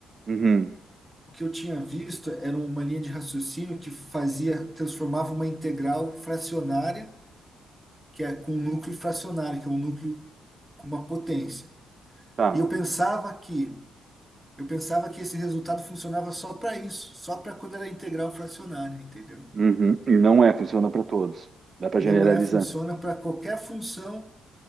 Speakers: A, on the right; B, in the centre.
A: Uhum,
B: O que eu tinha visto era uma linha de raciocínio que fazia, transformava uma integral fracionária, que é com um núcleo fracionário, que é um núcleo com uma potência.
A: tá,
B: E eu pensava que, eu pensava que esse resultado funcionava só para isso, só para quando era integral fracionária, entendeu?
A: uhum, e não é, funciona para todos, dá para
B: Não
A: generalizar.
B: é, funciona para qualquer função